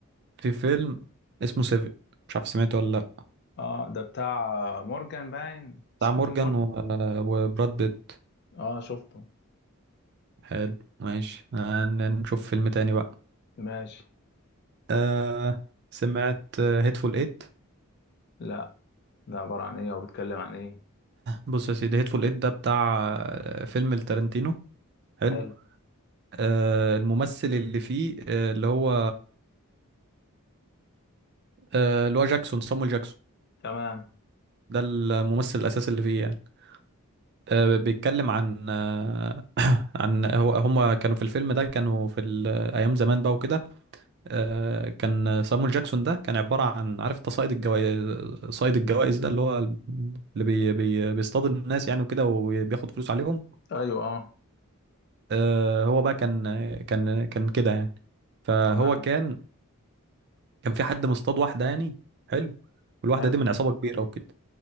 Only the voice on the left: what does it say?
اه ده بتاع مورجان باين
اسمه
مين مورجان
اه شفته
ماشي
لا ده عبارة عن ايه وبيتكلم عن ايه
حلو
تمام
ايوه اه
تمام
حلو